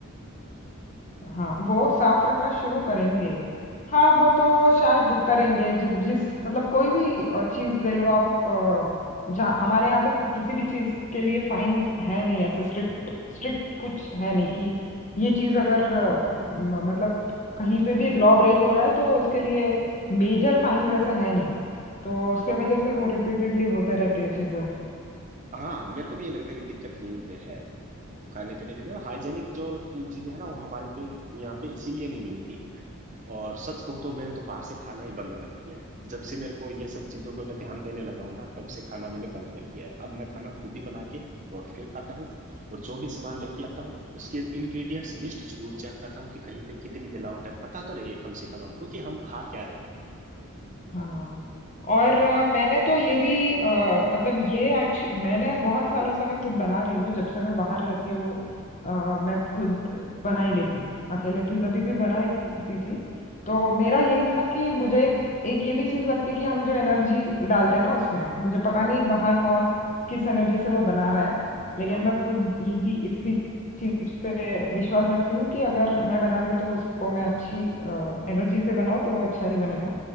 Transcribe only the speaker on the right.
हाँ
हाँ
हाँ मेरे को भी ये लगता है कि दिक्कत यहीं पे है खाने पीने की हाइजेनिक जो चीजें है ना वो हमारे पे यहाँ पे इसीलिए नहीं मिलती और सच कहूँ तो मैंने तो बाहर से खाना ही बंद कर दिया है जब से मेरे को ये सब चीजों पे मैं ध्यान देने लगा हूँ ना तब से खाना मैंने बंद कर दिया है अब मैं खाना खुद ही बना के और फिर खाता हूँ और जो भी सामान लेके आता हूँ उसके इंग्रेडिएंट्स लिस्ट जरूर चेक करता हूँ कि कहीं पे कितनी मिलावट है पता तो रही है कम से कम हमको कि हम खा क्या रहे हैं।
हाँ
हम्म
हम्म
हाँ
हाँ
हम्म,